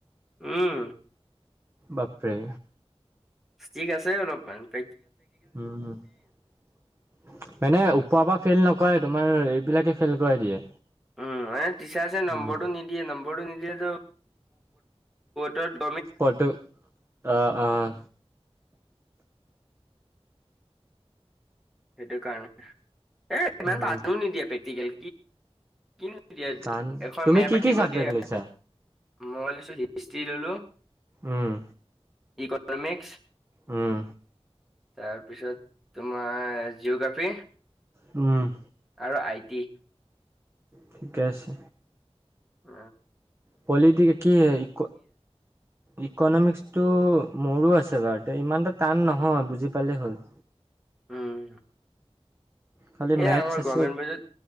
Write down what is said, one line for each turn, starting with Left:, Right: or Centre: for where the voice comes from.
Centre: উম
Right: বাপৰে
Centre: স্কিক আছে অলপমান প
Right: উম মানে ওপৰৰ পৰা ফেইল নকৰে তোমাৰ এইবিলাকে ফেইল কৰাই দিয়ে
Centre: উম এ টিচাৰছে নম্বৰটো
Right: উম,
Centre: নিদিয়ে নম্বৰটো নিদিয়ে তত
Right: পটো আহ
Centre: সেইটো কাৰণে এই একো নাই
Right: উম,
Centre: টানো নিদিয়ে প্ৰেক্টিকেল কিন্তু দিয়া
Right: টান
Centre: এখন
Right: তুমি
Centre: মেপ
Right: কি
Centre: আঁকিব
Right: কি চাবজেক্ট
Centre: দিয়ে
Right: লৈছা?
Centre: মই দিছো হিষ্টি ললো
Right: উম
Centre: ইকনমিক্স
Right: উম
Centre: তাৰপিছত তোমাৰ জিঅগ্ৰাফী
Right: উম
Centre: আৰু আই টি
Right: ঠিকে আছে।
Centre: উ
Right: পলিটিকিক কি ইক ইকনমিক্সটো মোৰো আছে বাৰু এতিয়া ইমানটা টান নহয় বুজি পালেই হ'ল।
Centre: উম।
Right: খালি
Centre: এ
Right: মেথছ
Centre: আমাৰ
Right: আছে।
Centre: গভমেণ্ট বাজেত